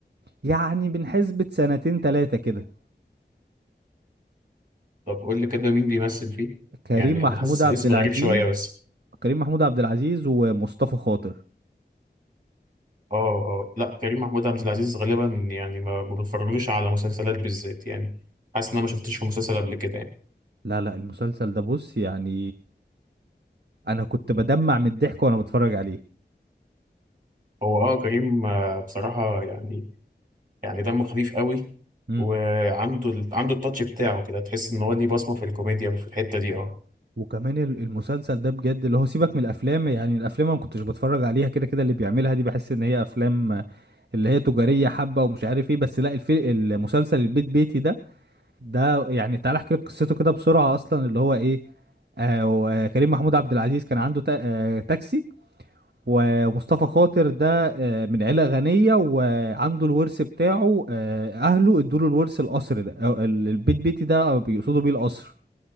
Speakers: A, on the right; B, on the right.
A: يعني من حسبة سنتين تلاتة كده
B: طب قول لي كده مين بيمثل فيه
A: كريم
B: يعني
A: محمود
B: أنا حاسس
A: عبد
B: الاسم
A: العزيز
B: غريب شوية بس
A: كريم محمود عبد العزيز ومصطفى خاطر
B: اه اه لا كريم محمود عبد العزيز غالبا يعني ما ما بتفرجلوش على مسلسلات بالذات يعني حاسس إن أنا ما شفتش في مسلسل قبل كده يعني
A: لا لا المسلسل ده بص يعني انا كنت بدمع من الضحك وانا بتفرج عليه
B: هو اه كريم آه، بصراحة يعني يعني دمه خفيف قوي
A: مم.
B: وعنده ال- عنده التاتش بتاعه كده تحس إن هو ليه بصمة في الكوميديا وفي الحتة دي اه
A: وكمان ال- المسلسل ده بجد اللي هو سيبك من الافلام يعني الافلام انا ما كنتش بتفرج عليها كده كده اللي بيعملها دي بحس ان هي افلام اللي هي تجارية حبة ومش عارف ايه بس لا الفي... المسلسل البيت بيتي ده ده يعني تعالى احكي لك قصته كده بسرعه اصلا اللي هو ايه آه و- آه، كريم محمود عبد العزيز كان عنده تا- آه تاكسي و- ومصطفى خاطر ده آه من عيله غنيه وعنده الورث بتاعه آه اهله ادوا له الورث القصر ده أو ال- البيت بيتي ده بيقصدوا بيه القصر